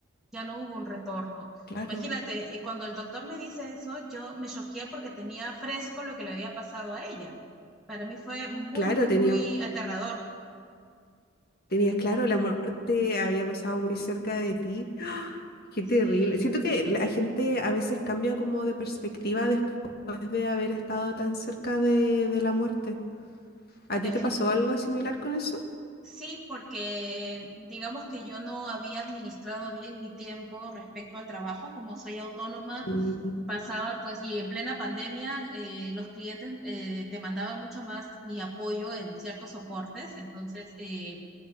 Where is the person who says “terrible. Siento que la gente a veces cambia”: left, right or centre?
Left